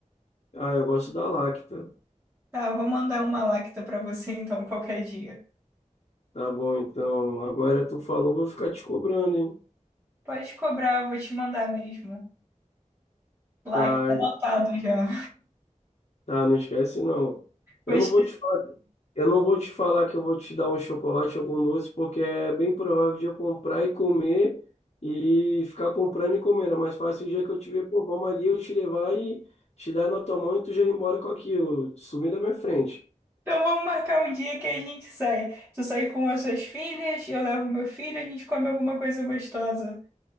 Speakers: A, on the left (about 55°); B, on the right (about 15°).
A: Ah, eu gosto da Lacta.
B: Tá, eu vou mandar uma lacta pra você então qualquer dia.
A: Tá bom, então. Agora tu falou, vou ficar te cobrando, hein?
B: Pode cobrar, vou te mandar mesmo. Lacta
A: Tá,
B: anotado já.
A: Ah, não esquece não.
B: Mas,
A: Eu não vou te falar, que- eu não vou te falar que eu vou te dar um chocolate ou algum doce, porque é bem provável de eu comprar e comer e ficar comprando e comendo. É mais fácil o dia que eu te ver, pô, vamos ali, eu te levar e te dar na tua mão e tu já ir embora com aquilo, sumir da minha frente.
B: então vamos marcar um dia que a gente sai. Tu sai com as suas filhas, eu levo meu filho, a gente come alguma coisa gostosa.